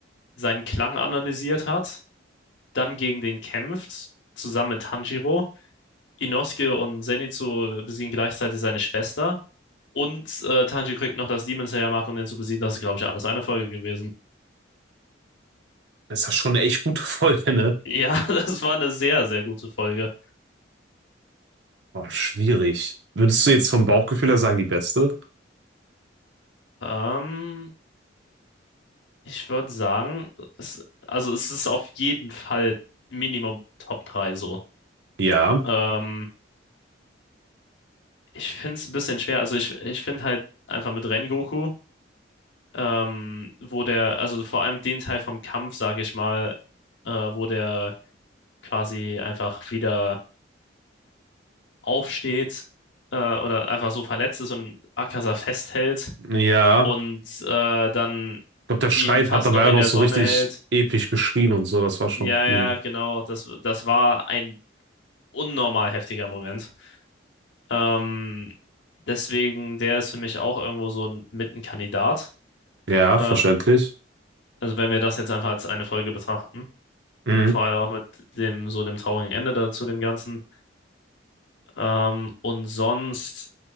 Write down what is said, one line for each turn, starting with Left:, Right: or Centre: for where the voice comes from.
Left: seinen Klang analysiert hat, dann gegen den kämpft, zusammen mit Tanjiro. Inosuke und Zenitsu besiegen gleichzeitig seine Schwester. Und äh, Tanjiro kriegt noch das Demon Slayer Mark, um den zu besiegen. Das ist, glaube ich, alles eine Folge gewesen.
Right: Das ist ja schon eine echt gute <laughs> Folge, ne?
Left: Ja, <laughs> das war eine sehr, sehr gute Folge.
Right: Boah, schwierig. Würdest du jetzt vom Bauchgefühl her sagen, die beste?
Left: Ähm, ich würde sagen, es, also es ist auf jeden Fall Minimum Top 3 so.
Right: Ja,
Left: Ähm, Ich finde es ein bisschen schwer. Also ich, ich finde halt einfach mit Rengoku, ähm, wo der, also vor allem den Teil vom Kampf, sage ich mal, äh, wo der quasi einfach wieder aufsteht äh, oder einfach so verletzt ist und Akaza festhält
Right: ja.
Left: und äh, dann
Right: Ich glaube, der Schreit
Left: ihn fast
Right: hat dabei
Left: noch in
Right: auch noch
Left: der
Right: so
Left: Sonne
Right: richtig
Left: hält.
Right: episch geschrien und so, das war schon
Left: Ja,
Right: cool.
Left: ja, genau. Das, das war ein unnormal heftiger Moment. Ähm, deswegen, der ist für mich auch irgendwo so ein Mittenkandidat.
Right: Ja,
Left: Äh,
Right: verständlich.
Left: Also wenn wir das jetzt einfach als eine Folge betrachten,
Right: Mhm.
Left: äh, vor allem auch mit dem so dem traurigen Ende da zu dem Ganzen. Ähm, und sonst,